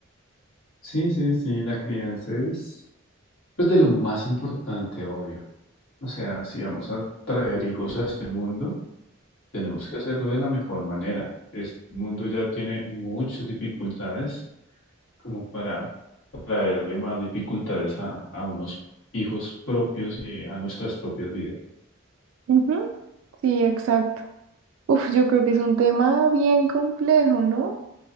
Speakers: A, on the left; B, on the right.
A: sí, sí, sí, la crianza es pues de lo más importante, obvio. O sea, si vamos a traer hijos a este mundo, tenemos que hacerlo de la mejor manera. Este mundo ya tiene muchas dificultades como para traerle más dificultades a, a unos hijos propios y a nuestras propias vidas.
B: Ujú, Sí, exacto. Uf, yo creo que es un tema bien complejo, ¿no?